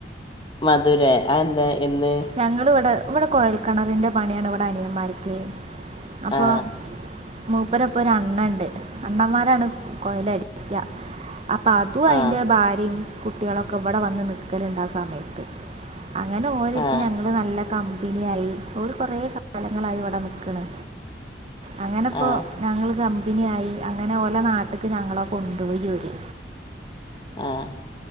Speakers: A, on the left (about 25°); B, on the right (about 35°).
A: മധുരേ അ എന്താ എന്ന്
B: ഞങ്ങള് ഇവടെ ഇവടെ കുഴൽക്കിണറിന്റെ പണിയാണ് ഇവടെ അനിയമാര്ക്കേ അപ്പോ
A: ആ
B: മൂപ്പരൊപ്പം ഒരു അണ്ണൻ ണ്ട് അണ്ണന്മാരാണ് കൊഴൽ അടിക്കാ അപ്പ അതും അയിന്റെ
A: ആ
B: ഭാരിം കുട്ടിളൊക്കെ ഇവിടെ വന്ന് നിക്കല്ണ്ട് ആ സമയത്ത് അങ്ങനെ ഓരടുത്ത്
A: ആ
B: ഞങ്ങള് നല്ല കമ്പനി ആയി ഓല് കൊറെ കാല ങ്ങളായി ഇവിടെ നിക്ക്ണ് അങ്ങനെപ്പോ
A: ആ
B: ഞങ്ങള് കമ്പിനി ആയി അങ്ങനെ ഓലെ നാട്ടക്ക് ഞങ്ങളെ കൊണ്ടുപോയി ഓര്
A: ആഹ്